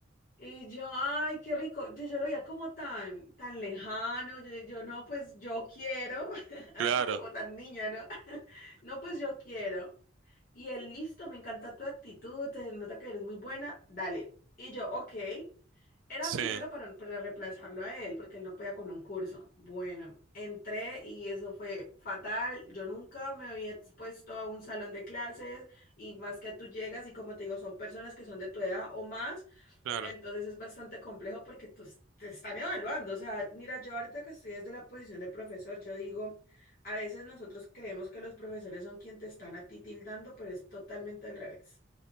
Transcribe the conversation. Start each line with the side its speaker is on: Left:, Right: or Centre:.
Left: Y yo, ay, qué rico, yo, yo lo veía como tan, tan lejano, yo, yo no, pues yo quiero, <laughs> así
Right: Claro.
Left: como tan niña, ¿no? <laughs> No, pues yo quiero. Y él, listo, me encanta tu actitud, se nota que eres muy buena, dale. Y yo, ok. Era
Right: Sí,
Left: primero para, para reemplazarlo a él, porque él no podía con un curso. Bueno, entré y eso fue fatal. Yo nunca me había expuesto a un salón de clases y más que tú llegas y como te digo, son personas que son de tu edad o más
Right: claro.
Left: entonces es bastante complejo porque tú s- te están evaluando. O sea, mira, yo ahorita que estoy desde la posición de profesor, yo digo, a veces nosotros creemos que los profesores son quienes te están a ti tildando, pero es totalmente al revés.